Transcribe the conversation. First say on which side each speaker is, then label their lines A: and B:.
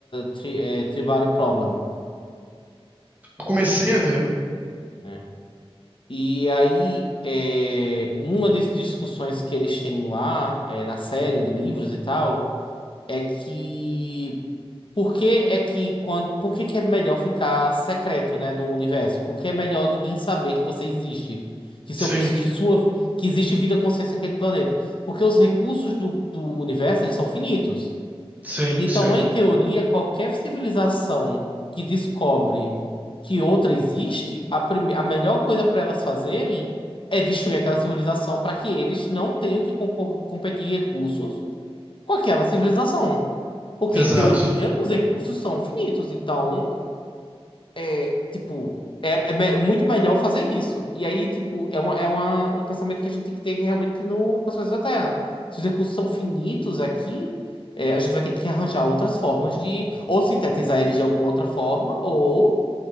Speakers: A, on the left (about 55°); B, on the right (about 15°).
A: Tri, é, Tribal Problem,
B: Comecei a ver.
A: né? E aí, é, uma das discussões que eles têm lá, é, na série de livros e tal. é que por que é que quando por que que é melhor ficar secreto, né, no universo? Porque é melhor ninguém saber que você existe, que
B: Sim,
A: seu que sua que existe vida consciente naquele planeta, porque os recursos do, do universo eles são finitos.
B: sim,
A: Então,
B: sim.
A: em teoria, qualquer civilização que descobre que outra existe, a, prime- a melhor coisa para elas fazerem é destruir aquela civilização para que eles não tenham que concor- competir em recursos com aquela civilização. Porque,
B: Exato.
A: em teoria, os recursos são finitos. Então, é, tipo, é, é me- muito melhor fazer isso. E aí, tipo, é, uma, é uma, um pensamento que a gente tem que ter realmente no, com as coisas da Terra. Se os recursos são finitos aqui, é, a gente vai ter que arranjar outras formas de ou sintetizar eles de alguma outra forma, ou,